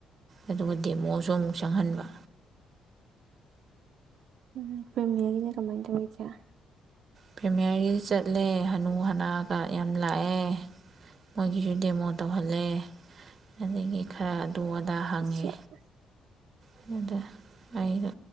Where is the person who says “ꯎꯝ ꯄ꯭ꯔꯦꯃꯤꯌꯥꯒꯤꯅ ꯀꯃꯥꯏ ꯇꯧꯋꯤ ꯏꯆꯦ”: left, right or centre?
Right